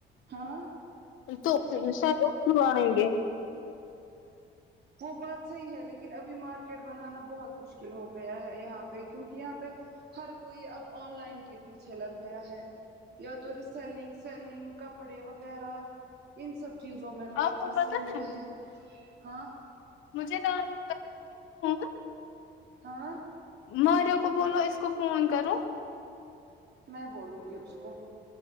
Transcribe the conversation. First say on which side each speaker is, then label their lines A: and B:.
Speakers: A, on the right; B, on the left.
A: ہاں
B: تو انسٹا کے تھرو آئینگے
A: وہ بات صحیح ہے لیکن ابھی مارکیٹ بنانا بہت مشکل ہو گیا ہے یہاں پہ کیونکہ یہاں پہ ہر کوئی اب آن لائن کے پیچھے لگ گیا ہے یا تو ری سیلنگ سیلنگ کپڑے وغیرہ ان سب چیزوں میں لوگ
B: آپ کو
A: پھنسے
B: پتا
A: ہوئے
B: ہے
A: ہیں ہاں
B: مجھے نام نکل رہی ہے ہے نا
A: ہاں
B: مارو کو بولو اس کو فون کرو
A: میں بولوں گی اس کو